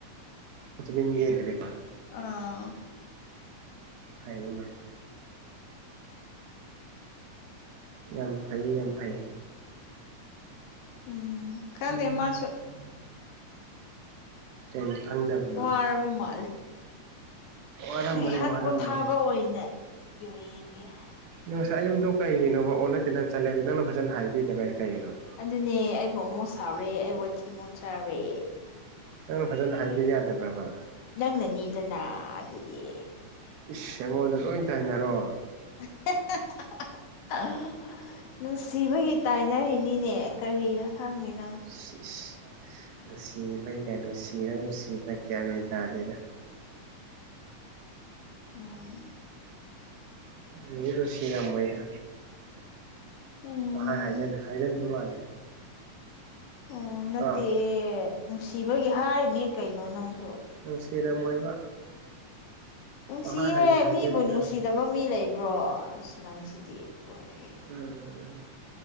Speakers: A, on the right; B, on the left.
A: ꯇꯨꯃꯤꯟ ꯌꯦꯡꯈꯔꯦꯀꫭ꯫
B: ꯑꯥ꯫
A: ꯐꯩꯅꯦ꯫ ꯌꯥꯝ ꯐꯩ ꯌꯥꯝ ꯐꯩ꯫
B: ꯎꯝ꯫ ꯈꯪꯗꯦ
A: <inaudible>
B: ꯃꯥꯁꯨ
A: ꯀꯩ ꯈꯪꯗꯕ
B: ꯋꯥꯔꯕ ꯃꯥꯜꯂꯦ꯫
A: ꯋꯥꯔꯝꯃꯅꯤ
B: ꯉꯍꯥꯛ
A: ꯋꯥꯔꯝꯃꯅꯤ
B: ꯄꯣꯊꯥꯕ ꯑꯣꯏꯅ ꯚꯤꯗꯤꯑꯣ ꯌꯦꯡꯒꯦ ꯍꯥꯏ꯫
A: ꯅꫭ ꯉꯁꯥꯏ ꯑꯌꯨꯛꯇꯣ ꯀꯩꯒꯤꯅꯣꯕ ꯑꯣꯟꯅ ꯇꯩꯅ ꯆꯠꯂꯦ ꯅꯪꯅ ꯐꯖꯅ ꯍꯥꯏꯕꯤꯗꯕꯩꯔ ꯀꯩꯒꯤꯅꯣ꯫
B: ꯑꯗꯨꯅꯦ ꯑꯩꯕꯨ ꯑꯃꯨꯛ ꯁꯥꯎꯔꯦ ꯑꯩ ꯋꯥꯊꯤ ꯑꯃꯨꯛ ꯆꯥꯔꯦ꯫
A: ꯅꯪꯅ ꯐꯖꯅ ꯍꯥꯏꯕꯤꯕ ꯌꯥꯗꯕ꯭ꯔꯕ꯫
B: ꯅꯪꯅꯅꯤꯗꯅ ꯑꯗꯨꯗꯤ꯫
A: ꯏꯁ ꯑꯩꯉꯣꯟꯗ ꯂꯣꯏ ꯇꯥꯏꯅꯔꯣ꯫
B: <unintelligible> <unintelligible> ꯅꯨꯡꯁꯤꯕꯒꯤ ꯇꯥꯏꯅꯔꯤꯅꯤꯅꯦ ꯀꯔꯤꯔ ꯈꯪꯅꯤꯅ꯫
A: ꯁꯤꯁ ꯅꯨꯡꯁꯤꯕꯩ ꯀꯥꯏꯟ ꯅꯨꯡꯁꯤꯔ ꯅꯨꯡꯁꯤꯗ꯭ꯔ ꯀ꯭ꯌꯥꯟ ꯃꯦꯟ ꯇꯥꯗꯦꯗ꯫
B: <inaudible> ꯎꯝ꯫
A: <inaudible> ꯅꯨꯡꯁꯤꯔꯃꯣꯏꯗ꯫
B: ꯎꯝ
A: ꯄꯪꯍꯥꯏ ꯍꯥꯏꯖꯟ ꯍꯥꯏꯖꯟꯕ ꯃꯥꯜꯂꯦ꯫
B: ꯑꯣ ꯅꯠꯇꯦ
A: ꯑꯥ
B: ꯅꯨꯡꯁꯤꯕꯒꯤ ꯍꯥꯏꯔꯤꯅꯦ ꯀꯩꯅꯣ ꯅꯪ꯫ <unintelligible>
A: ꯅꯨꯡꯁꯤꯔꯝꯃꯣꯏꯕ
B: ꯅꯨꯡꯁꯤꯍꯦ
A: ꯄꯪꯍꯥꯏ ꯍꯥꯏ ꯍꯥꯏꯖꯟꯕ
B: ꯃꯤꯕꯨ ꯅꯨꯡꯁꯤꯗ
A: ꯑꯣꯏꯔꯝꯅꯤ
B: ꯕ ꯃꯤ ꯂꯩꯕ꯭ꯔꯣ ꯑꯁ ꯅꯪꯁꯤꯗꯤ꯫ ꯂꯣꯏꯔꯦꯍꯦ
A: ꯎꯝ